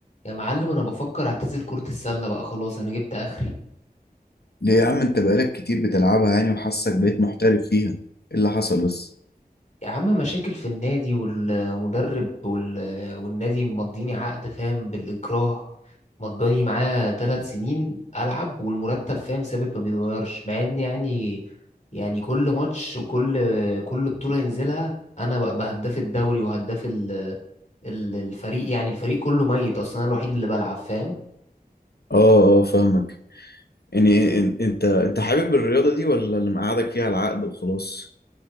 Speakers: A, on the left; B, on the left.
A: يا معلم انا بفكر اعتزل كرة السلة بقى خلاص انا جبت اخري
B: ليه يا عم انت بقالك كتير بتلعبها يعني وحاسك بقيت محترف فيها ايه اللي حصل بس
A: يا عم مشاكل في النادي والمدرب وال... والنادي مضيني عقد فاهم بالاكراه مضاني معاه ثلاث سنين العب والمرتب فاهم ثابت ما بيتغيرش مع ان يعني يعني كل ماتش وكل كل بطولة ينزلها انا بقى هداف الدوري وهداف ال... ال- الفريق يعني الفريق كله ميت اصلا انا الوحيد اللي بلعب فاهم
B: اه اه فاهمك يعني إن- انت انت حابب الرياضة دي ولا اللي مقعدك فيها العقد وخلاص